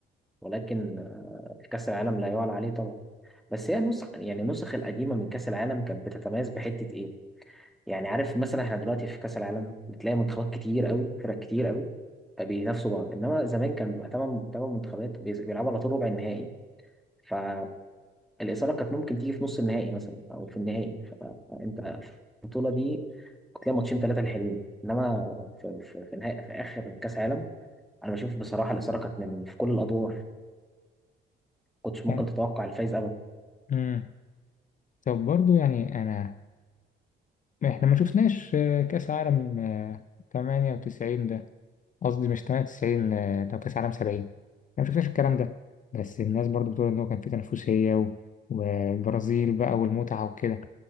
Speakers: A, in the centre; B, on the left.
A: ولكن آه، في كأس العالم لا يعلى عليه طبعا بس هي النسخ يعني النسخ القديمة من كأس العالم كانت بتتميز بحتة إيه؟ يعني عارف مثلا إحنا دلوقتي في كأس العالم بتلاقي منتخبات كتير قوي فرق كتير قوي بينافسوا بعض إنما زمان كان بيبقى تمن تمن منتخبات بيس- بيلعبوا على طول ربع النهائي ف الإثارة كانت ممكن تيجي في نص النهائي مثلا أو في النهائي فأنت في البطولة دي كنت تلاقي ماتشين ثلاثة الحلوين إنما في, في, في, نهاية في آخر كأس عالم أنا بشوف بصراحة الإثارة كانت من في كل الأدوار ما كنتش ممكن
B: آه،
A: تتوقع الفايز أبدا
B: مم. طب برضو يعني أنا إحنا ما شفناش آه، كأس عالم آه، 98 ده قصدي مش 98 آه، ده كأس عالم 70 إحنا ما شفناش الكلام ده بس الناس برضو بتقول إن هو كان فيه تنافسية و- والبرازيل بقى والمتعة وكده